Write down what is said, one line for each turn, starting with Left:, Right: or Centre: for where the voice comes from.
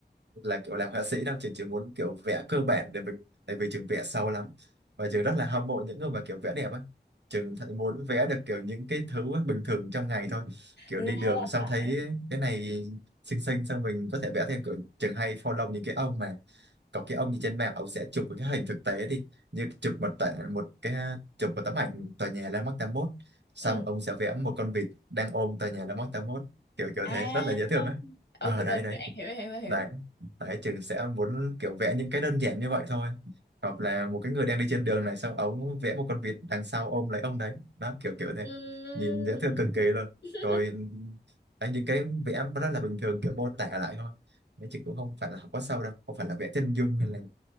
Right: là kiểu làm họa sĩ đâu trường chỉ muốn kiểu vẽ cơ bản để mình tại vì trường vẽ sâu lắm và trường rất là hâm mộ những người mà kiểu vẽ đẹp á trường thấy muốn vẽ được kiểu những cái thứ bình thường trong ngày thôi kiểu
Left: ra
Right: đi đường
Left: là
Right: xong
Left: vậy
Right: thấy cái này xinh xinh xong mình có thể vẽ thêm kiểu trường hay follow những cái ông mà có cái ông gì trên mạng ông sẽ chụp một cái hình thực tế đi như chụp một tệ một cái chụp một tấm ảnh tòa nhà Landmark 81 xong
Left: ừ
Right: ông sẽ vẽ một con vịt đang ôm tòa nhà Landmark 81 kiểu kiểu
Left: À,
Right: thế rất là dễ thương ấy
Left: ok
Right: ờ đấy
Left: ok
Right: đấy
Left: An hiểu hiểu hiểu.
Right: đấy đấy trừ sẽ muốn kiểu vẽ những cái đơn giản như vậy thôi hoặc là một cái người đang đi trên đường này xong ống vẽ một con vịt đằng sau ôm lấy ông đấy đó kiểu kiểu thế
Left: Ừm.
Right: nhìn dễ thương cực kỳ luôn
Left: <laughs>
Right: rồi đấy, những cái vẽ rất là bình thường kiểu mô tả lại thôi Đấy, chị cũng không phải là học quá sâu đâu không phải là vẽ chân dung hay là